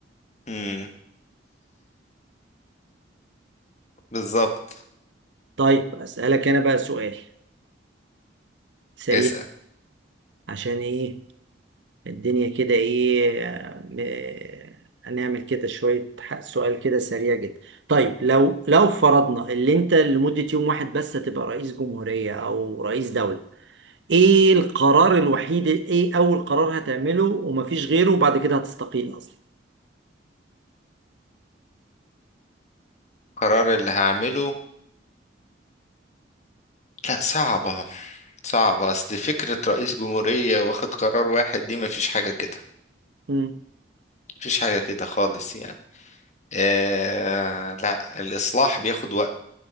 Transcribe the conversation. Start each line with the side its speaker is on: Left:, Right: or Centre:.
Left: امم بالظبط
Right: طيب اسألك انا بقى سؤال سريع
Left: اسأل
Right: عشان ايه الدنيا كده ايه آه، م- آه، هنعمل كده شوية ح- سؤال كده سريع جدا طيب لو لو فرضنا اللي انت لمدة يوم واحد بس هتبقى رئيس جمهورية او رئيس دولة ايه القرار الوحيد ايه اول قرار هتعمله ومفيش غيره وبعد كده هتستقيل اصلا
Left: قرار اللي هعمله لا صعبة صعبة اصل فكرة رئيس جمهورية واخد قرار واحد دي مفيش حاجة كده
Right: امم
Left: مفيش حاجة كده خالص يعني آه لا الإصلاح بياخد وقت